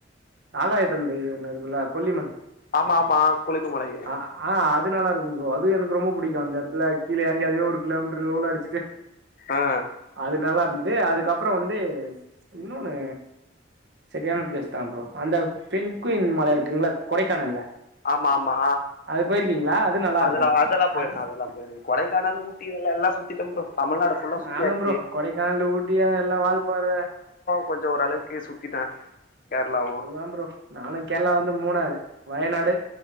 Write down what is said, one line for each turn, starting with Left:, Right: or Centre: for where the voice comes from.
Right: ஆதாய தம்பி ஒன்னு இருக்குல்ல கொல்லிமலை
Left: ஆமா ஆமா குளுகுமலைய
Right: ஆ ஆ அது நல்ல இருக்கு ப்ரோ அது எனக்கு ரொம்ப புடிக்கு அந்த எடத்துல கீழ எறங்கி அதுவே ஒரு கிலோமீட்டர் ரோல் அடிச்சிட்டு
Left: ஆ
Right: அது நல்லா இருந்தது அதுக்கப்புறம் வந்து இன்னோன்னு சரியான பிளேஸ் தா ப்ரோ அந்த பெண்க்வின் மல இருக்குங்கள கொடைக்கானல்ல
Left: ஆமா ஆமா
Right: அது போயிருக்கீங்களா அது நல்லா
Left: அதுல்லா
Right: இருக்கு
Left: அதுல்லா போயிருக்கே
Right: அ
Left: அதுல்லா போயிருக்கே கொடைக்கானல் ஊட்டி இதெல்லல்லா சுத்திட்டே ப்ரோ தமிழ்நாடு ஃபுல்லா
Right: நானும்
Left: சுத்தியாச்சு
Right: ப்ரோ கொடைக்கானல் ஊட்டி அது எல்லா வால்பாற
Left: கொஞ்ச ஓரளவுக்கு சுத்திட்டே கேரளாவு
Right: அவ்வளவுதா ப்ரோ நானு கேரளா வந்து மூணாறு வயநாடு